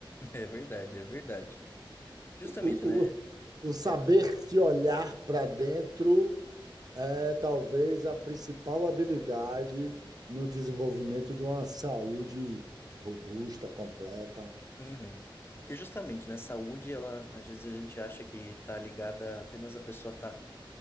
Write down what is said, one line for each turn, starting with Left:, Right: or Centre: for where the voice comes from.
Left: É verdade, é verdade. Justamente,
Right: o,
Left: né?
Right: o, o saber
Left: é-
Right: se olhar para dentro é talvez a principal habilidade no desenvolvimento de uma saúde robusta, completa.
Left: uhum. Que justamente, né? Saúde, ela, às vezes a gente acha que tá ligada apenas a pessoa tá